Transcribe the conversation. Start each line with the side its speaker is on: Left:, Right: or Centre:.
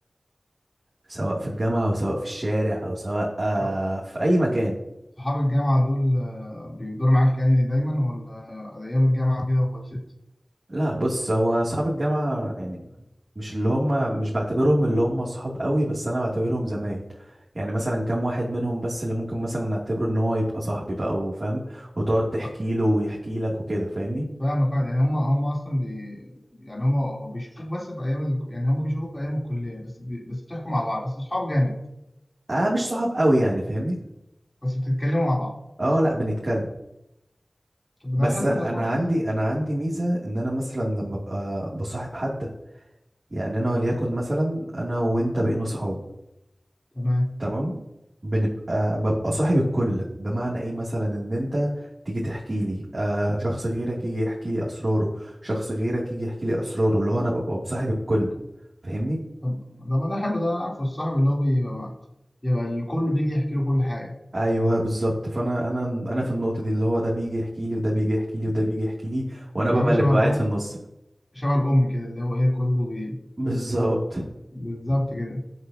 Right: سواء في الجامعه او سواء في الشارع او سواء آه
Left: طب
Right: في اي مكان
Left: صحاب الجامعة دول آه، بيفضلوا معاك يعني دايما ولا ايام الجامعة كده وخلصت؟
Right: لا بص هو اصحاب الجامعه يعني مش اللي هم مش بعتبرهم اللي هم صحاب قوي بس انا بعتبرهم زمايل يعني مثلا كام واحد منهم بس اللي ممكن مثلا نعتبره ان هو يبقى صاحبي بقى وفاهم وتقعد تحكي
Left: طب
Right: له ويحكي لك وكده فاهمني
Left: فاهمك آه، يعني هم هم اصلا بي يعني هم بيشوفوك بس في ايام ال... يعني هم بيشوفوك ايام الكلية بس بي... بس بتحكوا مع بعض بس اصحاب جامد
Right: اه مش صحاب قوي يعني فاهمني
Left: بس بتتكلموا مع بعض
Right: اه لا بنتكلم
Left: طب
Right: بس
Left: ده حلو
Right: انا
Left: ده كويس
Right: عندي انا عندي ميزه ان انا مثلا لما ابقى بصاحب حد يعني انا وليكن مثلا انا وانت بقينا صحاب
Left: تمام
Right: تمام بنبقى ببقى صاحب الكل بمعنى ايه مثلا ان انت تيجي تحكي لي آه شخص غيرك يجي يحكي لي اسراره شخص غيرك يجي يحكي لي اسراره اللي هو انا ببقى مصاحب الكل فاهمني
Left: طب ده ما ده حلو ده عارفه الصاحب اللي هو بيبقى مع... يبقى الكل بيجي يحكي له كل حاجة
Right: ايوه بالظبط فانا انا انا في النقطه دي اللي هو ده بيجي يحكي لي وده بيجي يحكي لي وده بيجي يحكي لي وانا ببقى
Left: عامل
Right: اللي
Left: شبه
Right: ببقى
Left: الأو-
Right: قاعد في النص
Left: شبه الأم كده اللي هو إيه كله بي...
Right: بالظبط
Left: بالظبط كده